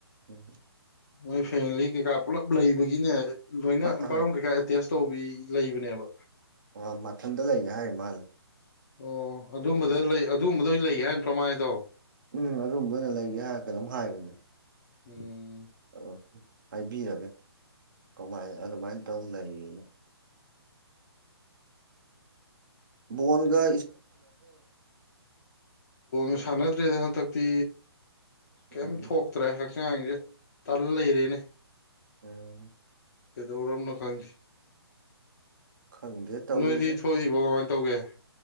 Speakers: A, on the right; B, on the left.
A: ꯎꯝ
B: ꯃꯣꯏ ꯐꯦꯃꯤꯂꯤ ꯀꯩꯀꯥ ꯄꯨꯜꯂꯞ ꯂꯩꯕꯒꯤꯅꯦ ꯂꯣꯏꯅ
A: ꯑ
B: ꯕꯥꯠꯔꯨꯝ
A: ꯑꯥ
B: ꯀꯩꯀꯥ ꯑꯦꯇꯦꯁ ꯇꯧꯕꯤ ꯂꯩꯕꯅꯦꯕ
A: ꯑ ꯃꯊꯟꯗ ꯂꯩꯒꯦ ꯍꯥꯏ ꯃꯥꯜꯂꯦ
B: ꯑꯣ ꯑꯗꯨꯝꯕꯗ
A: ꯑꯗꯨꯗꯨꯒꯤ
B: ꯂꯩ ꯑꯗꯨꯒꯨꯝꯕꯗ ꯂꯩ ꯍꯥꯏꯦꯟ ꯇꯣꯃꯥꯏꯗꯣ
A: ꯎꯝ ꯑꯗꯨꯨꯝꯝꯗ ꯑꯣꯏꯅ ꯂꯩꯒꯦ ꯍꯥꯏꯔꯒ ꯑꯗꯨꯝ ꯍꯥꯏꯕꯅꯦ
B: ꯎꯝ
A: ꯑ ꯍꯥꯏꯕꯤꯔꯒꯦ ꯀꯃꯥꯏ ꯑꯗꯨꯃꯥꯏꯅ ꯇꯧꯅꯅ ꯕꯣꯣꯟꯒ
B: ꯣꯁꯅꯦꯗꯔꯦꯗꯍ ꯇ ꯇ ꯀꯦꯝ
A: ꯎꯝ
B: ꯊꯣꯛꯀ ꯇ꯭ꯔꯦ ꯍꯥꯛ ꯇꯂ ꯌꯦꯔꯤꯅꯤ
A: ꯑꯣꯝ
B: ꯑꯩꯗꯧꯔꯝꯅ ꯀꯪꯈꯤ
A: ꯈꯪꯗꯦ ꯇꯧꯔꯤꯁꯦ
B: ꯅꯅꯨꯡꯗꯤ ꯊꯣꯛꯏ ꯒꯟ ꯇꯧꯒꯦ